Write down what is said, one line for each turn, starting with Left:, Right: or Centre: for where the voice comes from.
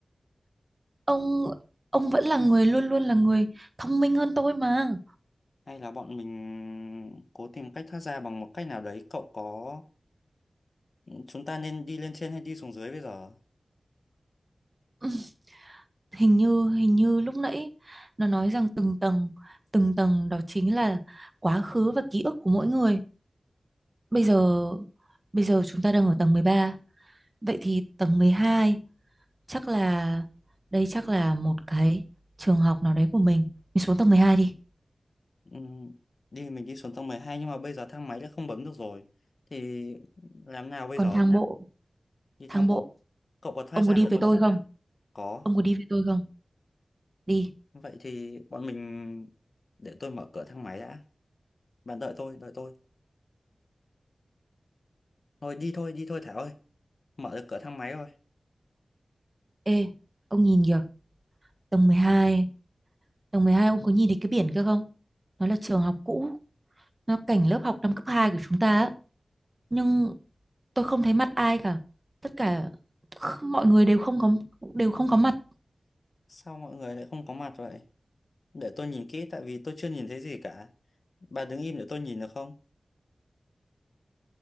Right: Ông ông vẫn là người luôn luôn là người thông minh hơn tôi mà.
Left: Hay là bọn mình cố tìm cách thoát ra bằng một cách nào đấy? Cậu có chúng ta nên đi lên trên hay đi xuống dưới bây giờ
Right: Ừ, Hình như hình như lúc nãy nó nói rằng từng tầng từng tầng đó chính là quá khứ và ký ức của mỗi người. Bây giờ bây giờ chúng ta đang ở tầng mười ba Vậy thì tầng 12 chắc là đây chắc là một cái trường học nào đấy của mình. Mình xuống tầng 12 đi.
Left: Ừm, đi mình đi xuống tầng mười hai nhưng mà bây giờ thang máy đã không bấm được rồi. Thì làm nào bây
Right: Còn
Left: giờ?
Right: thang bộ,
Left: Đi thang
Right: thang bộ,
Left: bộ. Cậu có thoát
Right: ông
Left: ra
Right: có đi
Left: được
Right: với
Left: không?
Right: tôi không?
Left: Có.
Right: Ông có đi với tôi không? Đi.
Left: Vậy thì bọn mình để tôi mở cửa thang máy đã. Bạn đợi tôi, đợi tôi. Thôi đi thôi, đi thôi Thảo ơi. Mở được cửa thang máy rồi.
Right: Ê, ông nhìn kìa, tầng mười hai Tầng mười hai ông có nhìn thấy cái biển kia không? Nó là trường học cũ, nó cảnh lớp học năm cấp 2 của chúng ta á. Nhưng tôi không thấy mặt ai cả. Tất cả kh- mọi người đều không có đều không có mặt.
Left: Sao mọi người lại không có mặt vậy? Để tôi nhìn kỹ tại vì tôi chưa nhìn thấy gì cả. Bà đứng im để tôi nhìn được không?